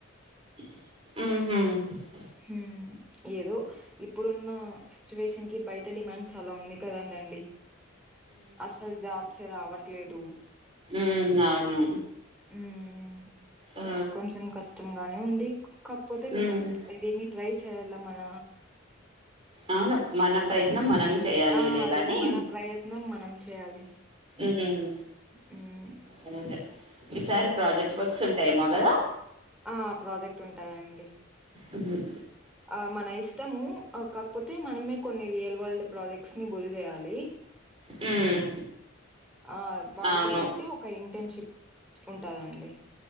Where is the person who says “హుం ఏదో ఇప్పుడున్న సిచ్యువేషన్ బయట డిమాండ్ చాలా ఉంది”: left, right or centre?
Centre